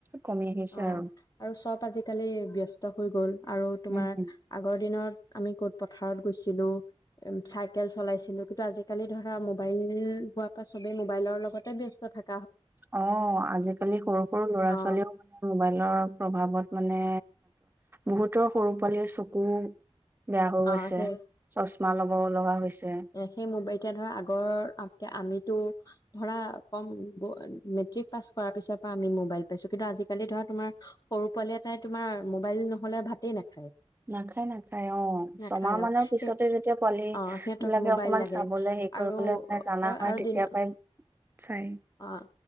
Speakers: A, on the right; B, on the left.
A: কমি আহিছে
B: অঁ
A: আৰু
B: আৰু চব আজিকালি ব্যস্ত <unintelligible> হৈ গ'ল আৰু তোমাৰ
A: উম
B: আগৰ দিনত আমি ক'ত পথাৰত গৈছিলোঁ উম চাইকেল চলাইছিলো কিন্তু আজিকালি ধৰা মোবাইল হোৱাৰ পৰা চবে মোবাইলৰ লগতে ব্যস্ত থাকে।
A: অ' আজিকালি সৰু সৰু ল'ৰা
B: অ
A: ছোৱালীও মানে মোবাইলৰ প্ৰভাৱত মানে বহুতৰ সৰু পোৱালিৰ চকু বেয়া হৈ গৈছে।
B: অ' সেই
A: চশমা ল'ব লগা হৈছে।
B: অ' সেই <unintelligible> ধৰা আগৰ আমিতো। ধৰা কম মেট্ৰিক পাছ কৰাৰ পিছৰ পৰা আমি মবাইল। পাইছো কিন্তু আজিকালি ধৰা তোমাৰ। সৰু পোৱালি এটাই তোমাৰ মোবাইল নহ'লে ভাতেই নাখায়।
A: নাখায় নাখায়। চাই অ'
B: নাখায়
A: ছমাহ মানৰ
B: অ
A: পিছতে
B: সেই
A: যেতিয়া পোৱালী
B: অ সিহঁতক
A: বিলাকে
B: মোবাইল
A: অকণমান
B: লাগে
A: চাবলৈ হেৰি কৰিবলৈ
B: আৰু
A: মানে জনা
B: আৰু
A: হয়
B: আৰু
A: তেতিয়াৰ
B: দিন
A: পৰাই চাই।
B: অ'